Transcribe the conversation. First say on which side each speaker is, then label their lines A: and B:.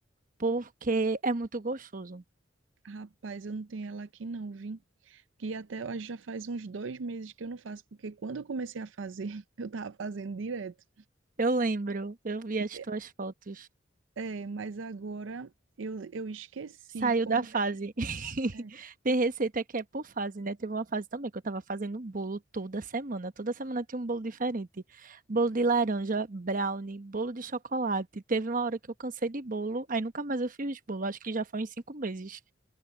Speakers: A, on the right; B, on the right.
A: Porque é muito gostoso.
B: rapaz, eu não tenho ela aqui não, vi Que até eu acho que já faz uns dois meses que eu não faço, porque quando eu comecei a fazer, <laughs> eu tava fazendo direto.
A: Eu lembro, eu vi
B: E,
A: as tuas fotos.
B: é, mas agora eu, eu esqueci
A: Saiu
B: como
A: da fase.
B: é que
A: <laughs>
B: é.
A: Tem receita que é por fase, né? Teve uma fase também que eu tava fazendo bolo toda semana. Toda semana tinha um bolo diferente. Bolo de laranja, brownie, bolo de chocolate. Teve uma hora que eu cansei de bolo, aí nunca mais eu fiz bolo. Acho que já foi uns cinco meses.